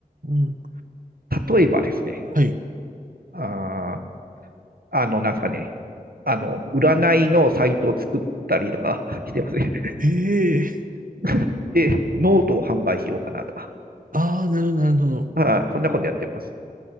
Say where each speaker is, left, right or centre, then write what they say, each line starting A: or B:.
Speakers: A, on the right (about 65°); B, on the right (about 80°).
A: ん。
B: 例えばですね、
A: はい。
B: あー、あの、なんですかね、あの、占いのサイトを作ったりとか <laughs> してますね。
A: ええ
B: <laughs> で、ノートを販売しようかなとか。
A: ああー、なるほど、なるほど。
B: はい、そんなことやってます。